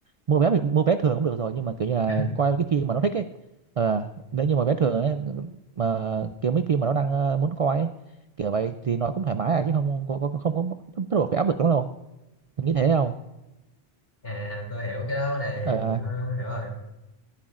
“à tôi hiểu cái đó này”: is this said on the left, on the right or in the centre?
Left